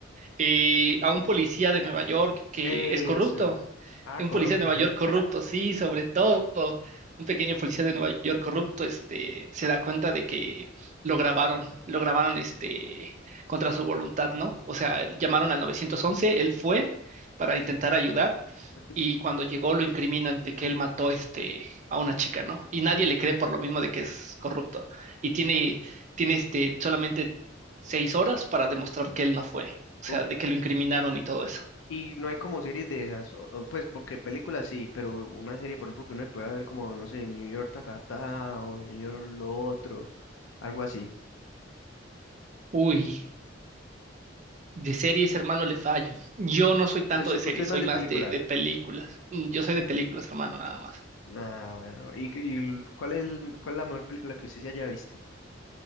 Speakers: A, on the right; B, on the left.
A: eh, a un policía de Nueva York que
B: Eso.
A: es corrupto.
B: Ah,
A: Un
B: corrupto.
A: policía de Nueva York corrupto,
B: <laughs>
A: sí, sobre todo. Un pequeño policía de Nueva York corrupto, este, se da cuenta de que lo grabaron, lo grabaron, este, contra su voluntad, ¿no? O sea, llamaron al 911, él fue para intentar ayudar
B: Ujú.
A: y cuando llegó lo incriminan de que él mató este, a una chica, ¿no? Y nadie le cree por lo mismo de que es corrupto. Y tiene, tiene este, solamente seis horas para demostrar que él no fue, o sea,
B: Uf,
A: de que lo incriminaron y todo eso.
B: y no hay como series de esas, o- o, pues porque películas sí, pero una serie, por ejemplo, que uno puede ver como, no sé, New York ta ta ta o New York lo otro, algo así.
A: Uy, de series, hermano, le fallo. Yo no soy tanto
B: Es-
A: de
B: ¿Usted
A: series,
B: es más
A: soy
B: de
A: más
B: películas?
A: de, de películas. Mm, Yo soy de películas, hermano, nada más.
B: Ah, bueno. ¿Y, y cuál es, cuál es la mejor película que usted se haya visto?